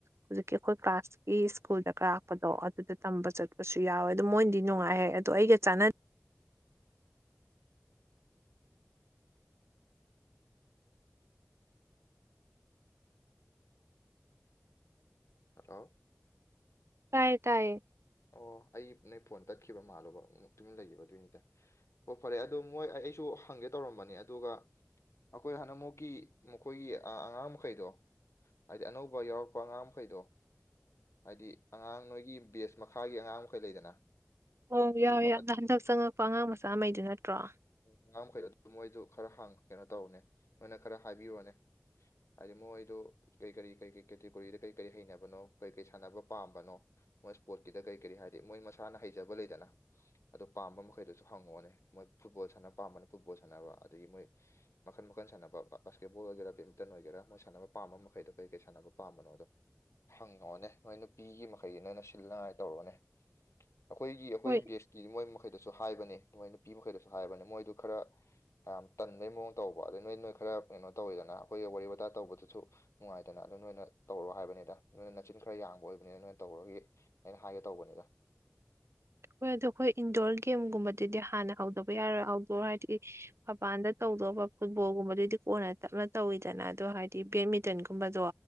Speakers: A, on the right (about 65°); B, on the left (about 75°).
A: ꯍꯧꯖꯤꯛꯀꯤ ꯑꯩꯈꯣꯏ ꯀ꯭ꯂꯥꯁ ꯁ꯭ꯀꯨꯜꯗ ꯀꯥꯥꯛꯄꯗꯣ ꯑꯗꯨꯗ ꯇꯝꯕ ꯆꯠꯄꯁꯨ ꯌꯥꯎꯋꯦ ꯑꯗꯨ ꯃꯣꯏꯅꯗꯤ ꯅꯨꯡꯉꯥꯏ ꯍꯥꯏ ꯑꯗꯣ ꯑꯩꯒ ꯆꯥꯟꯅ
B: ꯍꯜꯂꯣ
A: ꯇꯥꯏꯌꯦ ꯇꯥꯏꯌꯦ
B: ꯑꯣ ꯑꯩ ꯅꯣꯏ ꯐꯣꯟ ꯇꯠꯈꯤꯕ ꯃꯥꯜꯂꯣꯕ ꯇꯨꯃꯤꯟꯅ ꯂꯩꯈꯤꯕ ꯑꯗꯨꯏꯅꯤꯗ ꯑꯣ ꯐꯔꯦ ꯑꯗꯣ ꯃꯣꯏ ꯑꯩꯁꯨ ꯐꯪꯒꯦ ꯇꯧꯔꯝꯕꯅꯦ ꯑꯗꯨꯒ ꯑꯩꯈꯣꯏ ꯍꯟꯅꯃꯨꯛꯀꯤ ꯃꯈꯣꯏꯒꯤ ꯑꯉꯥꯡ ꯃꯈꯩꯗꯣ ꯍꯥꯏꯗꯤ ꯑꯅꯧꯕ ꯌꯥꯎꯔꯛꯄ ꯑꯉꯥ ꯃꯈꯩꯗꯣ ꯍꯥꯏꯗꯤ ꯑꯉꯥꯡ ꯅꯣꯏꯒꯤ ꯕꯦꯁ ꯃꯈꯥꯒꯤ ꯑꯉꯥꯡ ꯃꯈꯩ ꯂꯩꯗꯅ
A: ꯑꯣ
B: ꯑꯗꯨꯝꯕ
A: ꯌꯥꯎꯋꯦ ꯍꯟꯗꯛ ꯆꯪꯉꯛꯄ ꯑꯉꯥꯡ ꯃꯆꯥꯉꯩꯗꯨ ꯅꯠꯇ꯭ꯔꯣ
B: ꯑꯉꯥꯡ ꯃꯈꯩ ꯑꯗꯨ ꯃꯣꯏꯁꯨ ꯈꯔ ꯍꯥꯡ ꯀꯩꯅꯣ ꯇꯧꯅꯦ ꯅꯣꯏꯅ ꯈꯔ ꯍꯥꯏꯕꯤꯔꯣꯅꯦ ꯑꯔꯤꯃꯣꯏꯗꯨ ꯀꯩ ꯀꯔꯤ ꯀꯔꯤ ꯀꯩ ꯀꯩ ꯀꯦꯇꯦꯒꯣꯔꯤꯗ ꯀꯔꯤ ꯀꯔꯤ ꯍꯩꯅꯕꯅꯣ ꯀꯩ ꯀꯩ ꯁꯥꯟꯅꯕ ꯄꯥꯝꯕꯅꯣ ꯃꯣꯏ ꯏꯁꯄꯣꯔꯠꯀꯤꯗ ꯀꯔꯤ ꯀꯔꯤ ꯍꯥꯏꯗꯤ ꯃꯣꯏ ꯃꯁꯥꯅ ꯍꯩꯖꯕ ꯂꯩꯗꯅ ꯑꯗꯨ ꯄꯥꯝꯕ ꯃꯈꯩꯗꯨꯁꯨ ꯍꯪꯉꯣꯅꯦ ꯃꯣꯏ ꯐꯨꯠꯕꯣꯜ ꯁꯥꯟꯅ ꯄꯥꯝꯕꯅ ꯐꯨꯠꯕꯣꯜ ꯁꯥꯟꯅꯕ ꯑꯗꯒꯤ ꯃꯣꯏ ꯃꯈꯜ ꯃꯈꯜ ꯁꯥꯟꯅꯕ ꯕꯥꯁꯀꯦꯠ ꯕꯣꯜ ꯑꯣꯏꯒꯦꯔ ꯕꯦꯠꯃꯤꯇꯟ ꯑꯣꯏꯒꯦꯔꯥ ꯃꯣꯏ ꯁꯥꯟꯅꯕ ꯄꯥꯝꯕ ꯃꯈꯩꯗꯣ ꯀꯩ ꯀꯩꯥ ꯁꯥꯟꯅꯕ ꯄꯝꯕꯅꯣꯗꯣ ꯍꯪꯉꯛꯑꯣꯅꯦ ꯅꯣꯏ ꯅꯨꯄꯤꯒꯤ ꯃꯈꯩꯒꯤꯅ ꯅꯪ ꯁꯤꯜꯅꯉꯥꯏ ꯇꯧꯔꯣꯅꯦ ꯑꯈꯣꯏꯒꯤ ꯑꯈꯣꯏ
A: ꯍꯣꯏ
B: ꯕꯦꯁꯀꯤ ꯃꯣꯏ ꯃꯈꯩꯗꯁꯨ ꯍꯥꯏꯕꯅꯦ ꯃꯣꯏ ꯅꯨꯄꯤ ꯃꯈꯩꯗꯁꯨ ꯍꯥꯏꯕꯅꯦ ꯃꯣꯏꯗꯨ ꯈꯔ ꯌꯥꯝ ꯇꯟꯕꯩ ꯃꯑꯣꯡ ꯇꯧꯕ ꯑꯗꯩ ꯅꯣꯏ ꯅꯣꯏ ꯈꯔ ꯀꯩꯅꯣ ꯇꯧꯋꯤꯗꯅ ꯑꯈꯣꯏꯒ ꯋꯥꯔꯤ ꯋꯥꯇꯏ ꯇꯧꯕꯗꯨꯁꯨ ꯅꯨꯡꯉꯥꯏꯗꯅ ꯑꯗꯨ ꯅꯣꯏꯅ ꯇꯧꯔꯣ ꯍꯥꯏꯕꯅꯤꯗ ꯅꯣꯏꯅ ꯅꯆꯤꯟ ꯈꯔ ꯌꯥꯡꯕ ꯑꯣꯏꯕꯅꯤꯅ ꯅꯣꯏꯅ ꯇꯧꯔꯒꯤ ꯍꯦꯛ ꯍꯥꯏꯒꯦ ꯇꯧꯕꯅꯤꯗ
A: ꯍꯣꯏ ꯑꯗꯣ ꯈꯣꯏ ꯏꯟꯗꯣꯔ ꯒꯦꯝꯒꯨꯝꯕꯗꯗꯤ ꯍꯥꯟꯅ ꯍꯧꯗꯕ ꯌꯥꯔꯣꯏ ꯑꯥꯎꯠꯗꯣꯔ ꯍꯥꯏꯗꯤ ꯃꯄꯥꯟꯗ ꯇꯧꯗꯧꯕ ꯐꯨꯠꯕꯣꯜꯒꯨꯝꯕꯗꯨꯗꯤ ꯀꯣꯟꯅ ꯇꯞꯅ ꯇꯧꯋꯤꯗꯅ ꯑꯗꯣ ꯍꯥꯏꯗꯤ ꯕꯦꯠꯃꯤꯟꯇꯟꯒꯨꯝꯕꯗꯣ